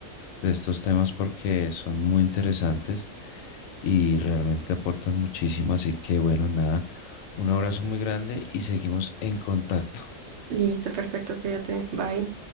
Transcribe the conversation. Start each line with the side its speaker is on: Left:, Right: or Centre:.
Left: de estos temas porque son muy interesantes y realmente aportan muchísimo. Así que bueno, nada, un abrazo muy grande y seguimos en contacto.
Right: Listo, perfecto, cuídate, bye.